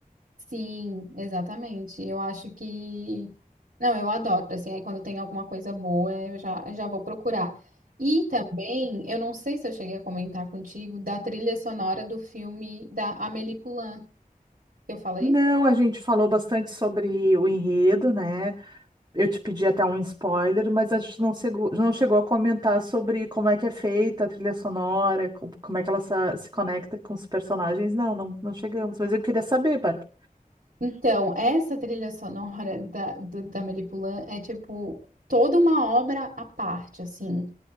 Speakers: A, on the right; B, on the right.
A: Sim, exatamente. Eu acho que. Não, eu adoro, assim, aí quando tem alguma coisa boa, eu já, eu já vou procurar. E também, eu não sei se eu cheguei a comentar contigo, da trilha sonora do filme da Amélie Poulain. Eu falei?
B: Não, a gente falou bastante sobre o enredo, né? Eu te pedi até um spoiler, mas a gente não chegou, não chegou a comentar sobre como é que é feita a trilha sonora, co- como é que ela se, se conecta com os personagens. Não, não, não chegamos. Mas eu queria saber, Bárbara.
A: Então, essa trilha sonora da, do- da Melipulã é tipo toda uma obra à parte, assim.